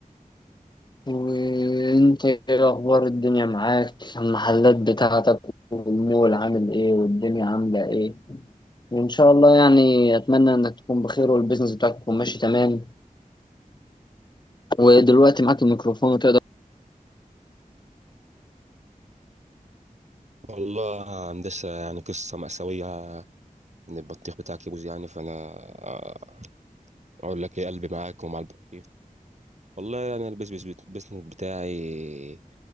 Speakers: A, on the left (about 30°); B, on the right (about 55°).
A: وانت ايه اخبار الدنيا معاك المحلات بتاعتك والمول عامل ايه والدنيا عامله ايه إن شاء الله يعني أتمنى إنك تكون بخير والبيزنس بتاعك يكون ماشي تمام ودلوقتي معاك الميكروفون وتقدر
B: والله هندسة يعني قصة مأساوية إن البطيخ بتاعك يبوظ يعني فأنا آه، أقول لك إيه قلبي معاك ومع البطيخ والله أنا البيزنس البيزنس بتاعي